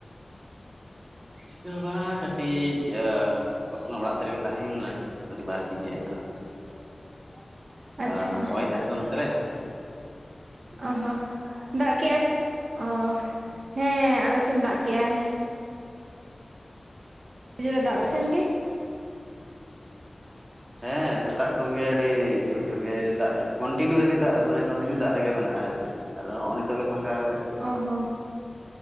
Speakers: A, on the right; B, on the right.
A: ᱪᱤᱠᱟ ᱦᱚᱸ ᱵᱟᱝ ᱠᱟᱹᱴᱤᱡ ᱵᱚᱨᱛᱚᱢᱟᱱ ᱚᱲᱟᱜ ᱥᱮᱫ ᱨᱮᱜᱮ ᱛᱟᱦᱮᱸ ᱞᱮᱱᱟ <unintelligible> ᱵᱟᱨᱦᱮ ᱥᱮᱫ ᱤᱧ ᱦᱮᱡ ᱟᱠᱟᱱᱟ ᱱᱟᱦᱟᱸᱜ
B: <inaudible>
A: <unintelligible>
B: ᱟᱪᱪᱷᱟ
A: ᱦᱳᱭ ᱮ ᱟᱭ ᱛᱚ ᱱᱚᱛᱮᱨᱮ
B: ᱚᱦᱚᱸ ᱫᱟᱜ ᱠᱮᱫᱼᱟᱭ ᱚᱻᱦᱮᱸ ᱟᱞᱮ ᱥᱮᱱ ᱫᱟᱜ ᱠᱮᱜ ᱼᱟᱭ᱾ <unintelligible> ᱫᱟᱜ <unintelligible> ᱥᱮᱱ ᱜᱮ
A: ᱦᱮᱸ ᱥᱮᱛᱟᱜ ᱠᱷᱚᱱ ᱜᱮ ᱟᱹᱰᱤ ᱡᱩᱨ ᱧᱚᱜ ᱜᱮ ᱫᱟᱜ ᱠᱚᱱᱴᱤᱱᱤᱭᱩ ᱨᱮᱜᱮ ᱫᱟᱜ ᱢᱟᱱᱮ ᱠᱚᱱᱴᱤᱱᱤᱭᱩ ᱫᱟᱜ ᱨᱮᱜᱮ ᱢᱮᱱᱟᱜᱼᱟ ᱪᱮ ᱟᱫᱚ ᱱᱚᱸᱜᱼᱚᱭ ᱱᱤᱛᱚᱜ ᱜᱮ ᱯᱷᱟᱸᱠᱟ ᱠᱟᱜ ᱠᱟᱹᱴᱤᱡ
B: ᱚ ᱦᱚᱸ